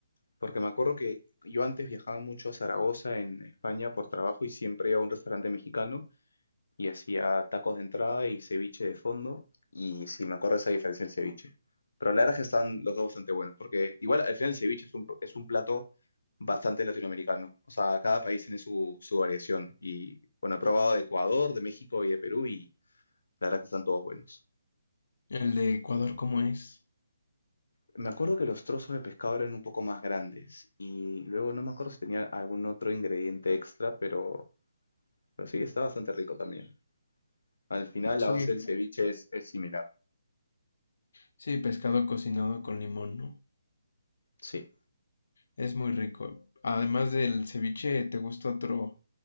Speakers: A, on the left (about 85°); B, on the left (about 60°).
A: Porque me acuerdo que yo antes viajaba mucho a Zaragoza en España por trabajo y siempre iba a un restaurante mexicano y hacía tacos de entrada y ceviche de fondo. Y si me acuerdo esa diferencia el ceviche. Pero a la verdad es que están los dos bastante buenos, porque igual al final el ceviche es un, es un plato bastante latinoamericano. O sea, cada país tiene su, su variación. Y bueno, he probado de Ecuador, de México y de Perú y la verdad es que están todos buenos.
B: El de Ecuador, ¿cómo es?
A: Me acuerdo que los trozos de pescado eran un poco más grandes y luego no me acuerdo si tenía algún otro ingrediente extra, pero, pero sí, está bastante rico también. Al final
B: Sí,
A: la base del ceviche es, es similar.
B: sí, pescado cocinado con limón, ¿no?
A: Sí.
B: Es muy rico. Además del ceviche, ¿te gusta otro